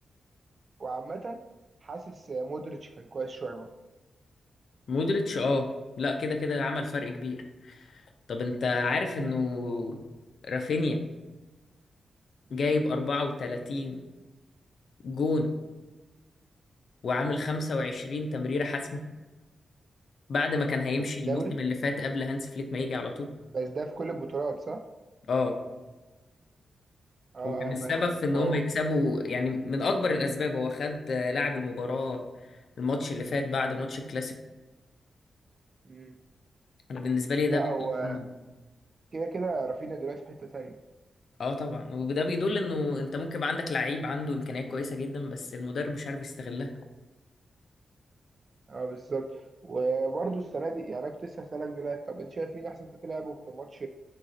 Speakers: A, on the right; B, on the left.
A: وعامة حاسس مودريتش كان كويس شوية برضه
B: مودريتش اه لا كده كده عمل فرق كبير طب انت عارف انه رافينيا
A: مم.
B: جايب 34 جون وعامل 25 تمريرة حاسمة بعد ما كان هيمشي
A: ده في
B: الموسم
A: الدوري
B: اللي فات قبل هانس فليك ما يجي على طول
A: بس ده في كل البطولات صح؟
B: اه
A: اه
B: وكان السبب
A: ماشي
B: في ان
A: ما
B: هم
A: هو
B: يكسبوا يعني من اكبر الاسباب هو خد آه، لاعب المباراة الماتش اللي فات بعد ماتش الكلاسيكو
A: مم.
B: انا بالنسبة لي
A: لا
B: ده بيدل
A: هو
B: إنه-
A: كده كده رافينيا دلوقتي في حتة تانية
B: اه طبعا وده بيدل انه انت ممكن يبقى عندك لعيب عنده امكانيات كويسة جدا بس المدرب مش عارف يستغلها
A: اه بالظبط وبرضه السنة دي يعني انا كنت لسه هسألك دلوقتي طب انت شايف مين احسن تلعبه في ماتش